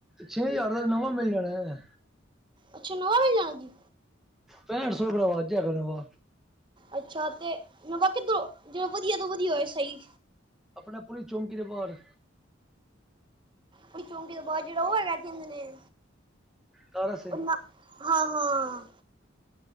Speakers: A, in the centre; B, on the right.
A: ਛੇ ਹਜ਼ਾਰ ਦਾ ਤੇ ਨਵਾਂ ਮਿਲ ਜਾਣਾ ਏ।
B: ਅੱਛਾ ਨੋਵਾ ਮਿਲ ਜਾਣਾ ਜੀ।
A: ਪੈਂਹਠ ਸੋ ਰੁਪਏ ਦਾ ਵਾਜਾ ਹੈਗਾ ਵੇ ਨਵਾ।
B: ਅੱਛਾ ਤੇ ਮਤਲਬ, ਜਿਵੇਂ ਵਧੀਆ ਤੋਂ ਵਧੀਆ ਹੋਏ ਸਹੀ
A: ਆਪਣਾ ਪੁਲਿਸ ਚੌਂਕੀ ਦੇ ਬਾਹਰ
B: ਪੁਲਿਸ ਚੌਂਕੀ ਤੋਂ ਬਾਹਰ ਜਿਹੜਾ ਉਹ ਹੈਗਾ ਹੈ?
A: ਤਾਰਾ ਸਿੰਘ
B: ਉਹ ਨਾ ਹਾਂ, ਹਾਂ